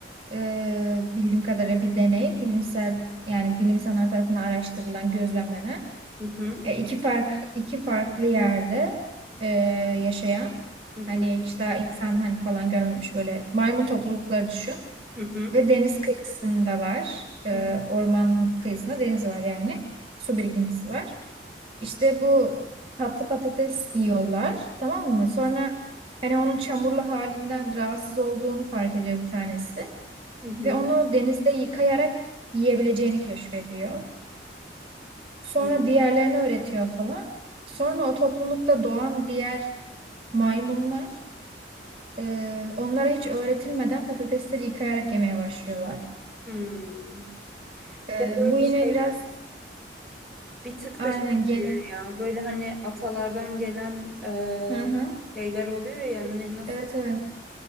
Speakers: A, on the right (about 30°); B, in the centre.
A: e, bildiğim kadarıyla bir deney, bilimsel yani bilim insanlar tarafından araştırılan, gözlemlenen
B: Hı hı,
A: e, iki fark iki farklı yerde e, yaşayan
B: hı
A: hani
B: hı,
A: hiç daha insan hani falan görmemiş böyle maymun toplulukları düşün
B: hı hı,
A: ve deniz kıyısındalar. E,
B: hı
A: orman kıyısında deniz var yani. Su birikintisi var. İşte bu tatlı patates yiyorlar tamam mı? Sonra hani onun çamurlu halinden rahatsız olduğunu fark ediyor bir tanesi.
B: hı,
A: Ve onu denizde yıkayarak yiyebileceğini keşfediyor. Sonra
B: hı hı.
A: diğerlerini öğretiyor falan. Sonra o toplulukta doğan diğer maymunlar e, onlara hiç öğretilmeden patatesleri yıkayarak yemeye başlıyorlar.
B: Hmm.
A: E,
B: Ya böyle
A: bu yine
B: şeyler
A: biraz
B: Bir tık
A: aynen
B: da şey
A: gen...
B: ya böyle hani atalardan gelen
A: Hı hı.
B: e, şeyler oluyor ya ne, nasıl?
A: Evet evet.